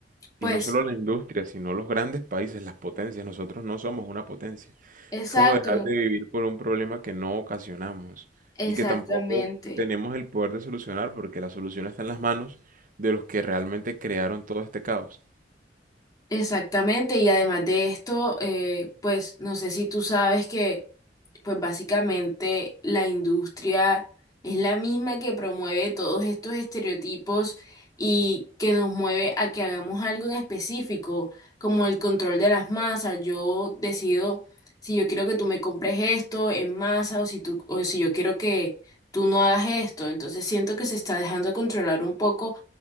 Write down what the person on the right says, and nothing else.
Y no solo la industria, sino los grandes países, las potencias. Nosotros no somos una potencia.
Es como dejar de vivir por un problema que no ocasionamos
y que tampoco tenemos el poder de solucionar porque la solución está en las manos de los que realmente crearon todo este caos.